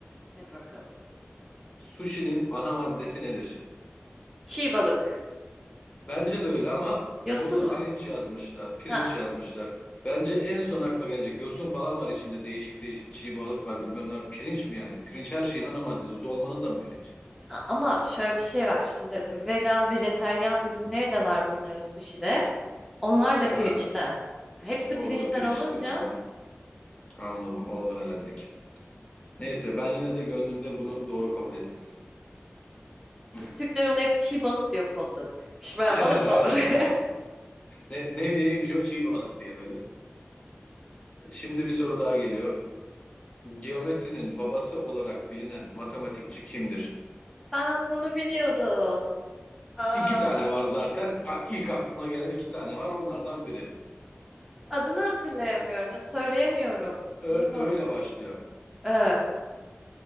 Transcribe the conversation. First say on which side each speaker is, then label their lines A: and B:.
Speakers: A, in the centre; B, on the left.
A: Hadi bakalım.
B: Sushi'nin ana maddesi nedir?
A: Çiğ balık.
B: Bence de öyle ama
A: Yosun
B: burada
A: mu?
B: pirinç yazmışlar. Pirinç
A: Ha.
B: yazmışlar. Bence en son akla gelecek yosun falan var içinde. Değişik değişik çiğ balık var bilmem ne. Pirinç mi yani? Pirinç her şeyin ana maddesi. Dolmanın da mı pirinç?
A: a- Ama şöyle bir şey var. Şimdi vegan, vejeteryan ürünleri de var bunların sushi'de. Onlar da
B: Ha,
A: pirinçten. Hepsi
B: orada
A: pirinçten
B: pirinç
A: olunca
B: diyorsun ha. Anladım. Oradan elendik. Neyse ben yine de gönlümde bunu doğru kabul ettim. <laughs>
A: biz Türkler ona hep çiğ balık diyor kodladık. Pişmeyen
B: Aynen
A: balık mı
B: aynen.
A: olur? <laughs>
B: Ne, ne, neymiş o çiğ balık diye böyle. Şimdi bir soru daha geliyor. Geometrinin babası olarak bilinen matematikçi kimdir?
A: Ben bunu biliyordum. Aa,
B: İki tane var zaten. A- İlk aklına gelen iki tane var. Onlardan biri.
A: adını hatırlayamıyorum. Söyleyemiyorum. Sorun
B: Ö
A: o.
B: öyle başlıyor.
A: Ee,